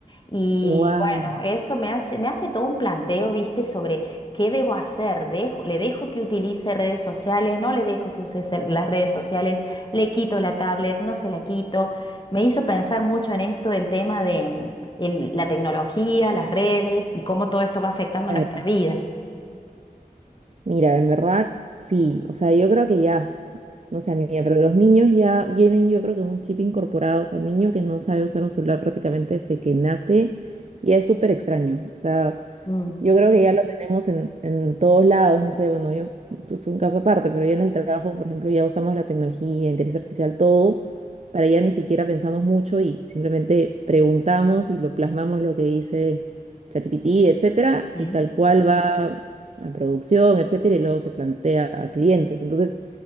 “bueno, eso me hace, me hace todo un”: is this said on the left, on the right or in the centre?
Left